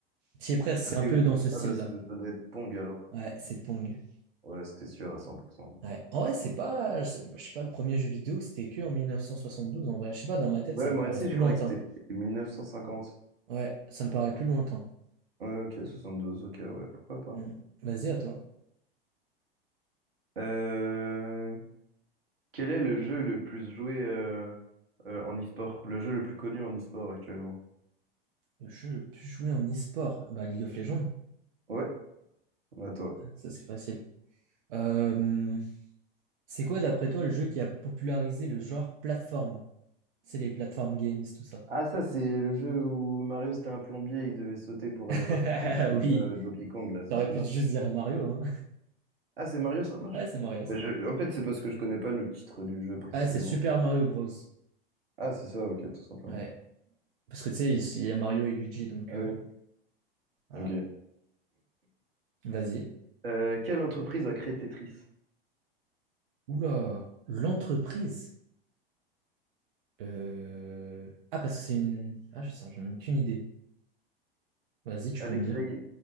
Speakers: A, on the right; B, on the right.
A: T'y es presque,
B: Bah,
A: c'est un
B: c'est-
A: peu dans ce style-là.
B: Ah bah ça, ça doit être Pong alors.
A: Ouais, c'est Pong.
B: Ouais, c'était sûr à cent pour cent
A: Ouais. En vrai, c'est pas, je sais moi, je sais pas, le premier jeu vidéo, c'était que en 1972, en vrai. Je sais pas, dans ma tête,
B: Ouais,
A: ça
B: moi
A: me paraît
B: aussi,
A: plus
B: je croyais
A: lointain.
B: que c'était 1950.
A: Ouais, ça me paraît plus lointain.
B: Ouais, ok, 72, ok, ouais, pourquoi pas.
A: Mm. Vas-y, à toi.
B: Euh, Quel est le jeu le plus joué euh, euh, en e-sport? Le jeu le plus connu en e-sport actuellement?
A: Le jeu le plus joué en e-sport, bah League of Legends,
B: Ouais, à toi.
A: ça c'est facile. Euh, c'est quoi, d'après toi, le jeu qui a popularisé le genre plateforme? C'est les plateformes games, tout ça.
B: Ah, ça, c'est le jeu où Mario, c'était un plombier, il devait sauter pour
A: <laughs>
B: aller rattraper
A: Oui,
B: euh, Donkey Kong, là, c'est
A: t'aurais
B: celui-là?
A: pu juste dire Mario, hein.
B: Ah, c'est Mario, ça marche?
A: Ouais, c'est Mario, c'est
B: Mais
A: Mario.
B: je- En fait, c'est parce que je connais pas le titre du jeu précisément.
A: Ah, c'est Super Mario Bros.
B: Ah, c'est ça, ok, tout simplement.
A: Ouais. Parce que tu sais, il y a Mario et Luigi, donc
B: Ah
A: euh,
B: oui.
A: voilà.
B: Ok.
A: Vas-y.
B: Euh, quelle entreprise a créé Tetris?
A: Oula, l'entreprise. Euh... Ah, parce que c'est une. Ah, je sens, j'en ai aucune idée. Vas-y, tu
B: Alexei
A: peux me dire.